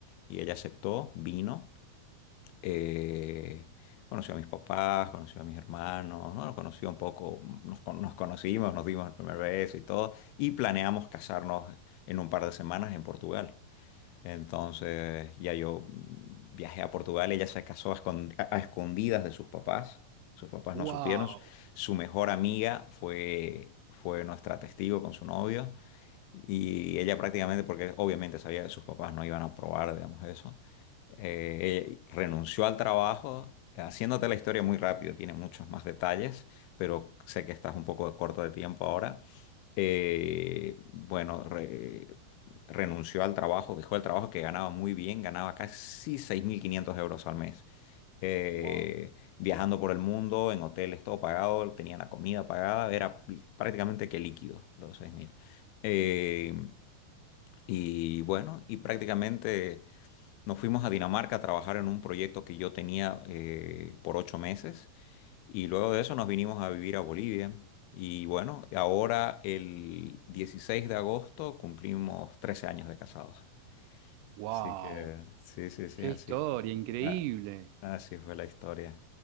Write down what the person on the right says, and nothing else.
wow,
wow.
Wow,
qué
historia,
increíble.